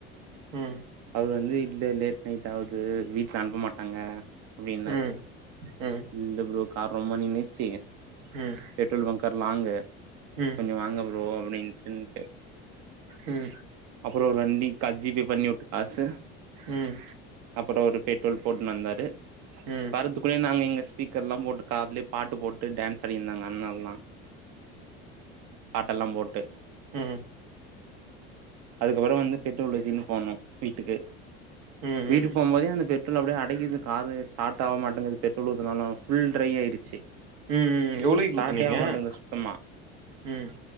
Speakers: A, on the right; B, on the right.
A: ம்
B: அவரு வந்து இல்லல்ல லேட் நைட் ஆவுது வீட்ல அனுப்ப மாட்டாங்க அப்டின்னாரு
A: ம் ம்
B: இல்ல ஃப்ரோ கார் ரொம்ப நின்னு செய்ங்க
A: ம்
B: பெட்ரோல் பங்க்கு தர்லாங்கு
A: ம்
B: கொஞ்ஜோ வாங்க ஃப்ரோ அப்டின்ட்டுன்டு
A: ம் ம்
B: அப்றோ ஒரு வண்டி கா ஜிபே பண்ணிவுட்டு சர்
A: ம்
B: அப்ப ஒரு பெட்ரோல் போட்னு வந்தாரு
A: ம்
B: வர்றத்துகுள்ளயு நாங்க இங்க ஸ்பீக்கர்லா போட்டு கார்லயே பாட்டு போட்டு டான்ஸ் அடிட்ருந்தாங்க அண்ணலா பாட்டெல்லா போட் க
A: ம் ம்
B: அதுக்கப்பரோ வந்து பெட்ரோலு <unintelligible> போட்னோ வீட்டுக்கு
A: ம்
B: வீடு
A: ம்
B: போம்போதே அந்த பெட்ரோல் அப்டியே அடைக்கிது காரு ஸ்டார்ட் ஆவ மாட்டேங்குது பெட்ரோல் ஊத்துனாலு ஃபுல் ட்ரை ஆயிடுச்சு
A: ம் ம் எவ்ளோயில்
B: ஸ்டார்ட்டே
A: ஊத்துனீங்க
B: ஆக மாட்டேங்குது சுத்தமா
A: ம் ம்